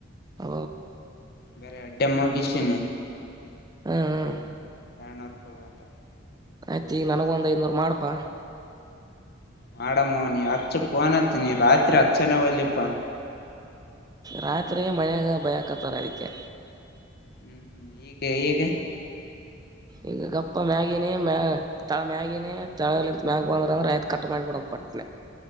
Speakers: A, on the right; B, on the left.
A: ಅ
B: ಬರ ಅಡ್ ಡೆಮಕಷನ್
A: ಹಾ ಹ
B: ನೂರ್ಪ ಬಂದ
A: ಆಯ್ತು ಈಗ ನನಗೊ ಒಂದು ಐನೂರು ಮಾಡ್ಪಾ
B: ಮಾಡಮೋ ನೀ ಹಚ್ಚ ಪೋನತ್ತ ನೀ ರಾತ್ರಿ ಹಚ್ಚನೆ ಒಳ್ಳಪ್ಪ
A: ರಾತ್ರಿ ಮಳೆಯಾಗ ಭಯಕತ್ತಾರೆ ಅದಕ್ಕೆ
B: ಹ್ಮ್ ಹ್ಮ್ ಈಗೆ ಹೀಗೆ
A: ಈಗ ಗಪ್ಪ ಮ್ಯಾಗಿಿನೇ ಮ ತಳ ಮ್ಯಾಗಿಿನೇ ತಳಂತ ಮ್ಯಾಗ್ ಬಂದಂದ್ರೆ ಆಯತ ಕಟ್ ಮಾಡ್ಬಿಡ ಟ್ನೆ